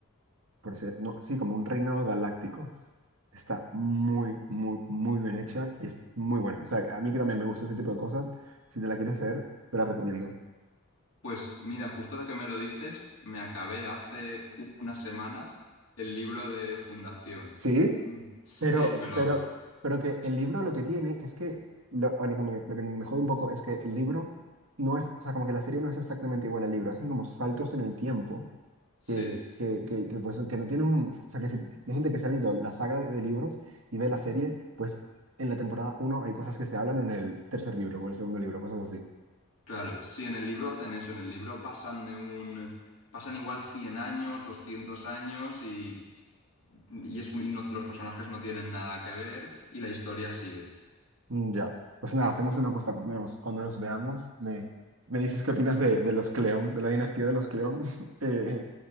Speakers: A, on the right; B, on the left.
A: por así- no, sí, como un reinado galáctico. Está muy, muy, muy bien hecha y es muy buena. O sea, a mí que también me gusta ese tipo de cosas, si te la quieres ver, te la recomiendo.
B: Pues mira, justo ahora que me lo dices, me acabé hace u- una semana el libro de Fundación.
A: Sí,
B: Mm, Sí,
A: Pero,
B: me lo...
A: pero, pero que el libro lo que tiene es que, lo, o lo que me, lo que me jode un poco es que el libro no es, o sea, como que la serie no es exactamente igual al libro, hacen como saltos en el tiempo
B: Sí,
A: que, que, que, que, pues, que no tienen, un- o sea, que si, hay gente que se ha leído la saga de, de libros y ve la serie, pues en la temporada uno hay cosas que se hablan en el tercer libro o el segundo libro, cosas así.
B: claro. Sí, en el libro hacen eso, en el libro pasan de un... Pasan igual 100 años, 200 años y, y es un- y no- los personajes no tienen nada que ver y la historia sigue.
A: Mm, ya, pues nada, hacemos una cosa, cuando nos, cuando nos veamos, me, me dices qué opinas de, de los Cleón, de la dinastía de los Cleón, <laughs> eh,